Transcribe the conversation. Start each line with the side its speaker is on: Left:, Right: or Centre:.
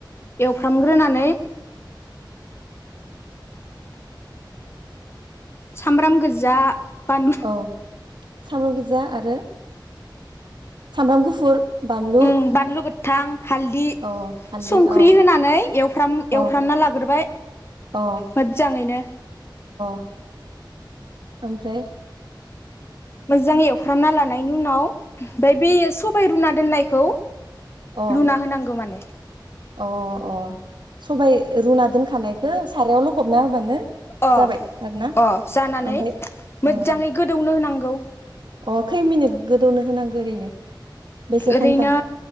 Left: एवफ्रामग्रोनानै सामब्राम गोजा बानलु
Right: औ सामब्राम गोजा आरो। सामब्राम गुफुर बानलु
Left: उम बानलु गोथां हालदि
Right: अ हालदै
Left: संख्रि
Right: अ
Left: होनानै एवफ्राम
Right: अ
Left: एवफ्रामना लाग्रोबाय।
Right: अ
Left: मोजांङैनो
Right: ओमफ्राय‌?
Left: मोजां एवफ्रामना लानायनि उनाव ओमफाय बे सबाय रुना दोननायखौ
Right: अ
Left: लुना होनांगौ माने
Right: अ अ सबाय रुना दोनखानायखौ सारायाव लखबना होबानो
Left: अ
Right: जाबाय आरोना
Left: अ जानानै
Right: ओमफ्राय
Left: मोजाङै
Right: ओ
Left: गोदौनो होनांगौ।
Right: अ खै मिनिट गोदौनो होनांगो ओरैनो बेसे घन्टा
Left: ओरैनो